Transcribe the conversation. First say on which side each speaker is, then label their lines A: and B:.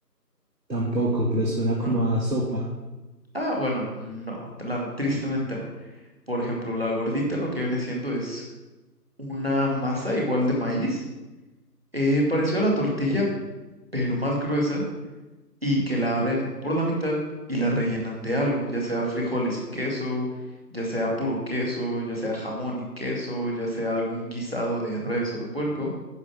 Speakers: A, on the right; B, on the right.
A: Tampoco, pero suena
B: ¿no?
A: como a sopa.
B: Ah, bueno, no, la- tristemente no. Por ejemplo, la gordita lo que viene siendo es una masa igual de maíz, eh, parecido a la tortilla, pero más gruesa. y que la abren por la mitad y la rellenan de algo, ya sea frijoles y queso, ya sea puro queso, ya sea jamón y queso, ya sea algún guisado de res o de puerco,